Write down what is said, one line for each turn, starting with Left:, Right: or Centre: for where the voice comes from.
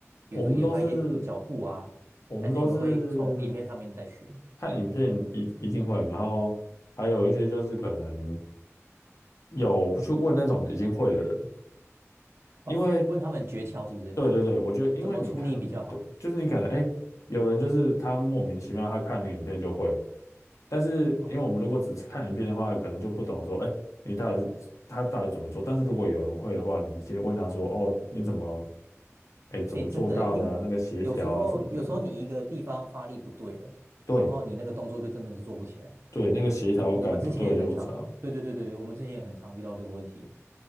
Left: 我们都是
Right: 比如说研发一些脚步啊，
Left: 我们都是
Right: 还是你们会从影片上面再学？
Left: 看影片一一定会，然后还有一些就是可能有去问那种已经会的人，
Right: 哦，
Left: 因为
Right: 问他们诀窍是不是？
Left: 对对对，我觉得因为你看，
Right: 怎么出力比较好？
Left: 对，就是你可能哎，诶有人就是他莫名其妙他看了影片就会，但是因为我们如果只是看影片的话，
Right: 哦，
Left: 可能就不懂说，哎，你到底是他到底怎么做？但是如果有人会的话，你直接问他说，哦，你怎么，哎，怎么做到的啊？
Right: 哎，真的耶，因为有时候有时候你一个地方发力不对了，
Left: 那个协调啊什么的，对
Right: 然后你那个动作就真的是做不起来。
Left: 对，那个协调感不对就有差。
Right: 我我们之前也很常，对对对对，我们之前也很常遇到这个问题，